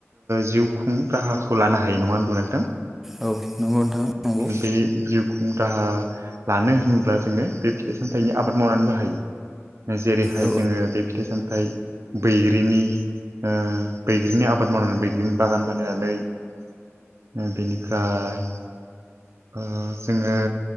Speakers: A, on the right; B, in the centre.
A: जिउखुं राहा खौ लानो हायो नङा होनब्ला नोंथां
B: औ नंगौ नोंथां नंगौ
A: बे जिउ खुं राहा लानो होनब्ला जोङो बे फिथाइ सामथाइनि आबाद मावनानैबो हायो। जेरैहाय
B: औ
A: जोङो बे फिथाइ सामथायाइ बैग्रिनि ओ बैग्रिनि आबाद मावनानै बैग्रिनि बागान बानायनानै बेनिफ्राय ओ जोङो